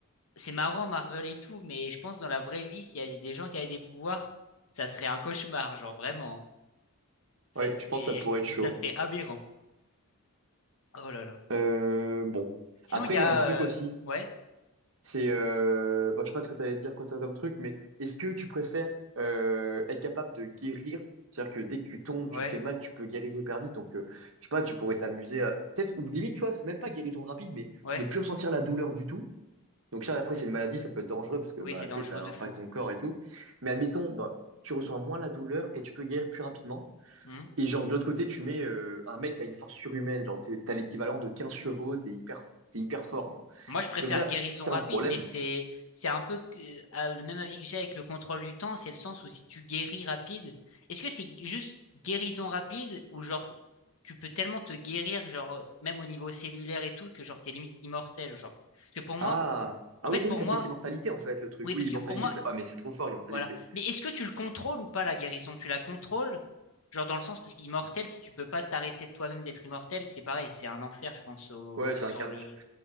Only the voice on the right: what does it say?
Ouais,
je pense que ça pourrait
être chaud.
Euh, bon.
Après,
il
y a un truc
aussi,
c'est, euh, bon, je sais pas ce que tu allais dire quand t'as comme truc, mais est-ce que tu préfères euh, être capable de guérir? C'est-à-dire que dès que tu tombes,
tu te fais mal, tu peux guérir hyper vite. Donc, euh, je sais pas, tu pourrais t'amuser à... Peut-être, ou limite, tu vois, c'est même pas guérison rapide, mais
ne plus ressentir la douleur du tout. Donc, ça, après, c'est une maladie, ça peut être dangereux parce que,
bah,
tu sais, ça
impacte
ton corps et tout. Mais admettons, bah, tu ressens moins la douleur et tu peux guérir plus rapidement.
Et genre, de l'autre côté, tu mets euh, un mec qui a une force surhumaine, genre, t'es- t'as l'équivalent de 15 chevaux, t'es hyper, t'es hyper fort. genre.
Comme ça,
si t'as
un problème.
Ah, ah
oui, c'est
oui, ça
peut être immortalité en fait, le truc.
Oui,
immortalité,
ça... ah, mais c'est trop fort, immortalité.
Ouais, c'est
un carnage.